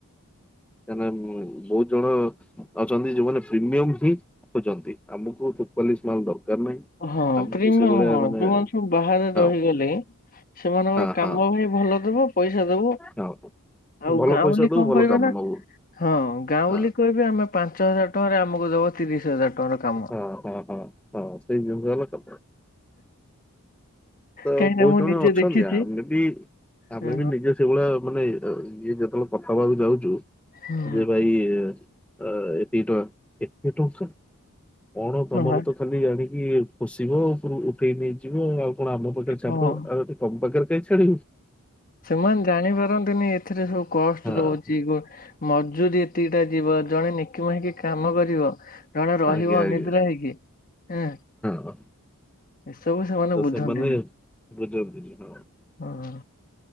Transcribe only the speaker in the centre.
କାଇନା ବହୁତ ଜଣ ଅଛନ୍ତି ଯୋଉମାନେ ପ୍ରିମିୟମ ହିଁ ଖୋଜନ୍ତି ଆମକୁ <unintelligible> ମାଲ ଦରକାର ନାହିଁ।
ଆମକୁ
ସେଇଭଳିଆ
ମାନେ
ହଁ
ହଁ
ହଁ
ହଁ
ଭଲ
ପଇସା ଦବୁ
ଭଲ
କାମ ନବୁ
ହଁ
ହଁ ହଁ ହଁ ହଁ ସେଇ ଜିନିଷ ହେଲା କଥା। ତ
ବହୁତ
ଜଣ
ଅଛନ୍ତି
ଆମେ ବି ଆମେ
ବି ନିଜସ୍ଵ ସେହି ଭଳିଆ ମାନେ ଅ ଇଏ ଯେତେବେଳେ କଥା ହବାକୁ ଯାଉଛୁ
ଯେ ଭାଇ ଅ ଏତିକି ଟଙ୍କା ଏତେ ଟଙ୍କା କଣ ତମରତ
ଖାଲି ଆାଣିକି ପୋଷିବ ଉପରୁ ଉଠେଇ ନେଇଯିବ ଆଉ କଣ ଆମ ପାଖରେ ଛାଡିଦବ
ଆରେ ତମ ପାଖରେ କାଇଁ ଛାଡିବୁ?
ହଁ
ଆଜ୍ଞା
ଆଜ୍ଞା
ହଁ
ତ
ସେମାନେ ବୁଝନ୍ତିନି, ହଁ।